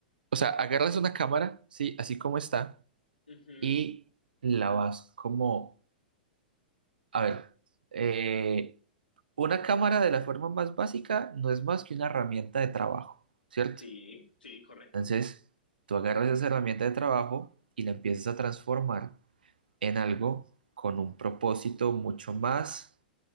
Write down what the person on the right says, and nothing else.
o sea, agarras una cámara, sí, así como está
y la vas como, a ver, eh, una cámara de la forma más básica no es más que una herramienta de trabajo, ¿cierto?
Entonces, tú agarras esa herramienta de trabajo y la empiezas a transformar en algo con un propósito mucho más